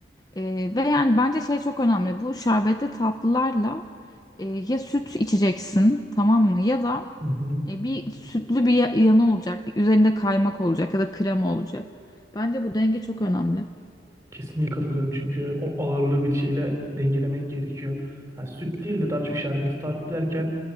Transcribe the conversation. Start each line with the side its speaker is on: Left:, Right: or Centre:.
Left: E, ve yani bence şey çok önemli. Bu şerbetli tatlılarla e, ya süt içeceksin tamam mı? Ya da
Right: Mhm.
Left: e, bir sütlü bir ya- yanı olacak. Bir üzerinde kaymak olacak ya da krema olacak. Bence bu denge çok önemli.
Right: Kesinlikle katılıyorum çünkü o ağırlığı bir şeyle dengelemek gerekiyor. Yani süt değil de daha çok şerbeti tart derken